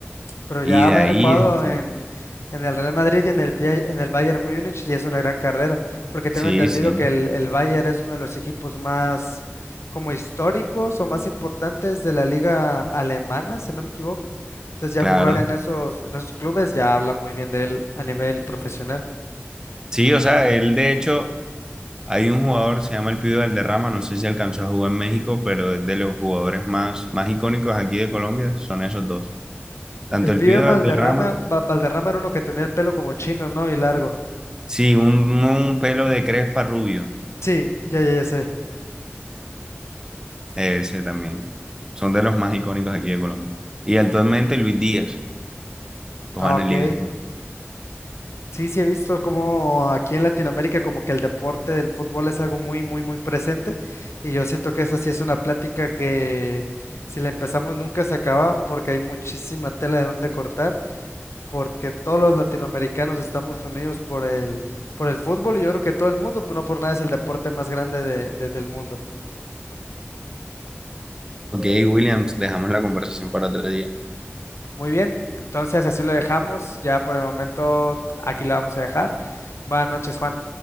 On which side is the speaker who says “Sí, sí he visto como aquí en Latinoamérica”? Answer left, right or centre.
Left